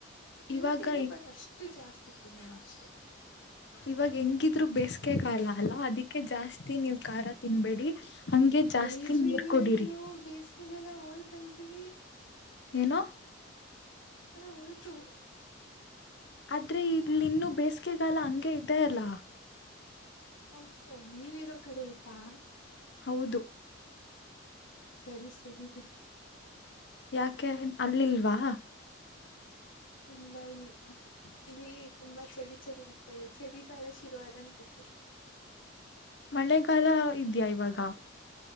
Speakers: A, on the left; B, on the left.
A: ತಿಂತೀನಿ
B: ಇವಾಗ
A: ಬಟ್ ಅಷ್ಟು ಜಾಸ್ತಿ ತಿೀನಿಲ್ಲ ಅಷ್ಟೆ
B: <unintelligible> ಇವಾಗ ಹೆಂಗಿದ್ರು ಬೇಸ್ಗೆ ಕಾಲ ಅಲ್ಲ ಅದಿಕ್ಕೆ ಜಾಸ್ತಿ ನೀವ್ ಖಾರ ತಿನ್ಬೇಡಿ ಹಂಗೆ ಜಾಸ್ತಿ
A: ಎಲ್ರೀ
B: ನೀರ್
A: ಇದ್ದೀರಾ
B: ಕುಡೀರಿ
A: ಇನ್ನು ಬೇಸಿಗೆಗಾಲ ಹೋಯ್ತಲ್ರೀ
B: ಏನೋ
A: ಹೋಯ್ತು
B: ಆದ್ರೆ ಇಲ್ಲಿ ಇನ್ನುೂ ಬೇಸಿಗೆಗಾಲ ಹಂಗೆ ಇದ್ದೇ ಅಲ್ಲ
A: ಹೌದು ನೀವು ಇರೋ ಕಡೆ ಆಯ್ತಾ
B: ಹೌದು
A: ಸರಿ ಸರಿ
B: ಯಾಕೆ ಅಲ್ಲಿಲ್ವಾ
A: ಇಲ್ಲ ಇಲ್ಲಿ ಇಲ್ಲಿ ತುಂಬಾ ಚಳಿ ಚಳಿ ಆಗ್ತಾ ಇದೆ ಚಳಿಗಾಲ ಶುರುವಾದಾಗ ಐತೆ
B: ಮಳೆಗಾಲ ಇದ್ಯಾ ಇವಾಗ